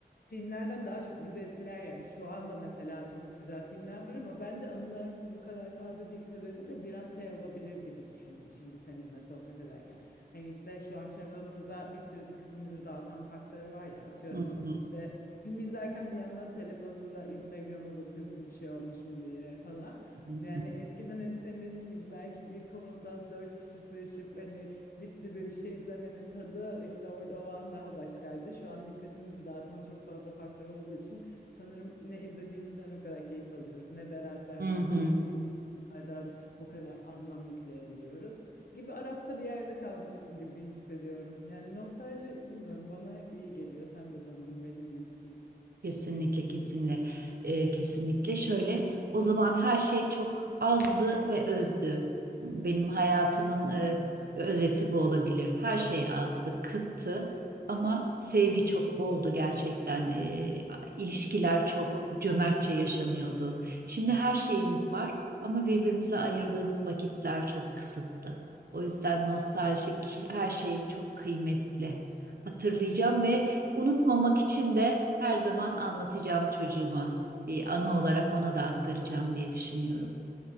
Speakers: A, on the left (about 60°); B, on the right (about 60°).
A: filmlerden daha çok bizi etkiler yani şu anda mesela çok güzel filmler var ama bence anılarımız bu kadar taze değil sebebi de biraz şey olabilir gibi düşündüm şimdi seninle sohbet ederken. Hani işte şu an çağımızda bir sürü dikkatimizi dağıtan faktör var ya atıyorum
B: Hı hı
A: işte film izlerken bir yandan telefonunda Instagram'a bakıyorsun bir şey olmuş mu diye falan.
B: hı.
A: Yani
B: hı.
A: eskiden hani senin dediğin gibi belki bir koltuğa dört kişi sığışıp hani dip dibe bir şey izlemenin tadı işte orada o an daha başkaydı. Şu an dikkatimizi dağıtan çok fazla faktör olduğu için sanırım ne izlediğimizden o kadar keyif alıyoruz, ne beraber vakit
B: Hı hı.
A: geçirdiğimizden o kadar anlam yükleyebiliyoruz. Gibi arafta bir yerde kalmışız gibi hissediyorum. Yani nostalji bilmiyorum bana hep iyi geliyor. Sen de sanırım benim gibisin.
B: Kesinlikle, kesinlikle, Ee, kesinlikle. Şöyle, o zaman her şey çok azdı ve özdü. Benim hayatımın e, özeti bu olabilir. Her şey azdı, kıttı ama sevgi çok boldu gerçekten. Ee, ilişkiler çok cömertçe yaşanıyordu. Şimdi her şeyimiz var ama birbirimize ayırdığımız vakitler çok kısıtlı. O yüzden nostaljik her şey çok kıymetli. Hatırlayacağım ve Unutmamak için de her zaman anlatacağım çocuğuma. Bir anı olarak ona da aktaracağım diye düşünüyorum.